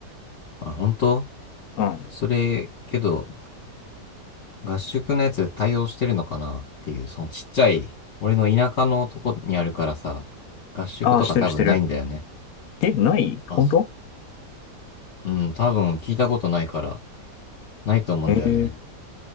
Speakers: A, on the left (about 50°); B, on the left (about 65°).
A: まあ、本当
B: うん。
A: それ、けど、合宿のやつ対応してるのかなっていう、そのちっちゃい、俺の田舎のとこにあるからさ、合宿とか多分ないんだよね。
B: ああ、してるしてる。え、ない本当
A: あ、すうん、多分聞いたことないから、ないと思うんだよね。
B: ええー、